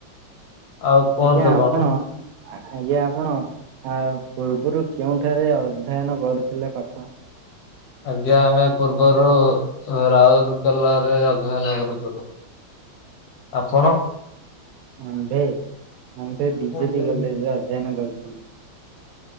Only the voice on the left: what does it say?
ଆଉ କୁହନ୍ତୁ
କଣ?
ଆଜ୍ଞା ଆମେ ପୂର୍ବରୁ ରାଉରକେଲା ରେ ଅଧୟନ କରୁଥିଲୁ। ଆପଣ?
ଆଜ୍ଞା